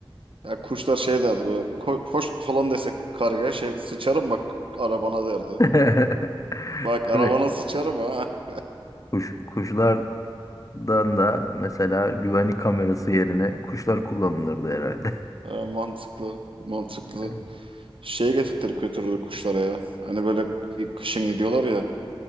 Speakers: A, on the right (about 70°); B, on the left (about 35°).
A: Ya kuşlar şey derdi böyle. "Ko- Hoş falan desek kargaya şey sıçarım bak arabana derdi.
B: <laughs>
A: Bak arabana
B: Tabii
A: sıçarım ha. <laughs>
B: kuş, kuşlardan da mesela güvenlik kamerası yerine kuşlar kullanılırdı herhalde.
A: E, mantıklı mantıklı.
B: <laughs>
A: Şey getirttirip götürürdü kuşlara ya. Hani böyle kışın gidiyorlar ya